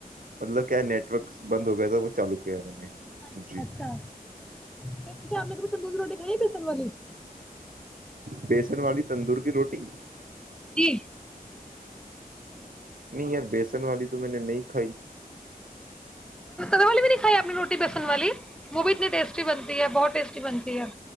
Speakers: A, on the right; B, in the centre.
A: مطلب کیا نیٹ ورکس بند ہو گیا تھا وہ چالو کیا ہے میں نے
B: اچھ
A: جی
B: اچھا پ آ <unintelligible> دوز روٹی کائیے تھ سل والی <unintelligible>
A: بیسن والی تندور کی روٹی
B: جی
A: نہیں یار بیسن والی تو میں نے نہیں کھائی
B: د والی بھی نہیں کھائی اپنی روٹی پسند والی وہ بھی اتنی ٹیسٹی بنتی ہے بہت ٹیسٹی بنتی ہے